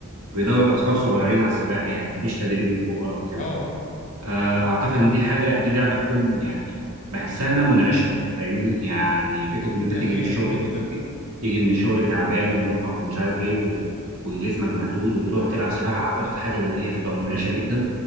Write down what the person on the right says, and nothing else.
بيدرب أطفال صغيرين على السباحة يعني مفيش تدريب للكبار أو كده
آه، اعتقد
ان دي حاجه دي لعبه تكون يعني بحسها انها منعشه فاهمني يعني فكره ان انت
تيجي
من الشغل
ت- تيجي من الشغل تعبان ومرهق ومش عارف ايه و... وجسمك مهدود وتروح تلعب سباحه اعتقد حاجه زي دي هتبقى منعشه جدا